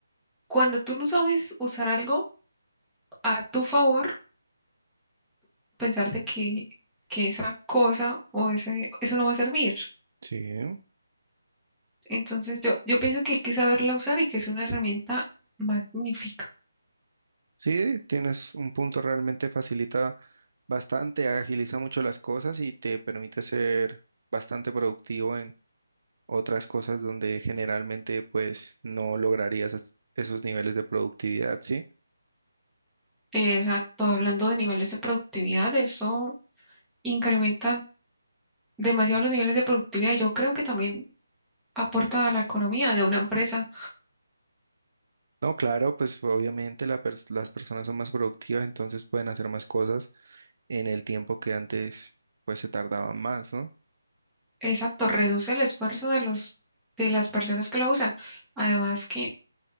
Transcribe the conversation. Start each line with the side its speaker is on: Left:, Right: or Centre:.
Centre: cuando tú no sabes usar algo a tu favor, pensar de que, que esa cosa o ese, eso no va a servir.
Right: sí,
Centre: Entonces, yo, yo pienso que hay que saberla usar y que es una herramienta magnífica.
Right: sí, tienes un punto, realmente facilita bastante, agiliza mucho las cosas y te permite ser bastante productivo otras cosas donde generalmente pues no lograrías es- esos niveles de productividad, ¿sí?
Centre: Exacto, hablando de niveles de productividad, eso incrementa demasiado los niveles de productividad y yo creo que también aporta a la economía de una empresa.
Right: No, claro, pues obviamente la pers- las personas son más productivas, entonces pueden hacer más cosas en el tiempo que antes pues se tardaban más, ¿no?
Centre: Exacto, reduce el esfuerzo de los de las personas que lo usan. Además que,